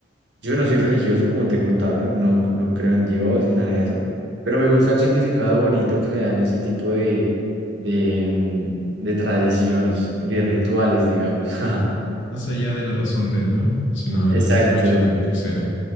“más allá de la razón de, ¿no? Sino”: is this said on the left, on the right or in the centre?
Left